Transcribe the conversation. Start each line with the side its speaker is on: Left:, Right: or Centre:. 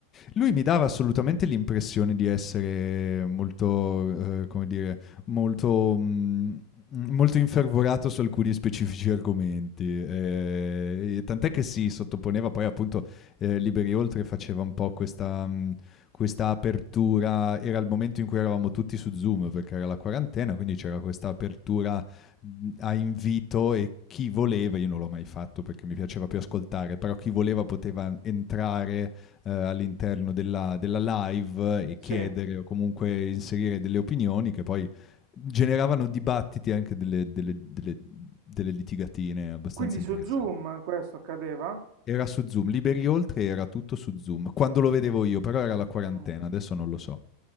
Left: Lui mi dava assolutamente l'impressione di essere molto, eh, come dire, molto, mh, molto infervorato su alcuni specifici argomenti. eh, e tant'è che si sottoponeva poi appunto eh, Liberi Oltre faceva un po' questa, mh, questa apertura, era il momento in cui eravamo tutti su Zoom perché era la quarantena, quindi c'era questa apertura mh, a invito e chi voleva, io non l'ho mai fatto perché mi piaceva più ascoltare, però chi voleva poteva entrare eh, all'interno della, della live e
Right: Sì.
Left: chiedere o comunque inserire delle opinioni che poi generavano dibattiti e anche delle, delle- delle- delle litigatine abbastanza
Right: Quindi
Left: interessanti.
Right: su Zoom questo accadeva?
Left: Era su Zoom, Liberi Oltre era tutto su Zoom, quando lo vedevo io, però era la quarantena,
Right: Mm.
Left: adesso non lo so.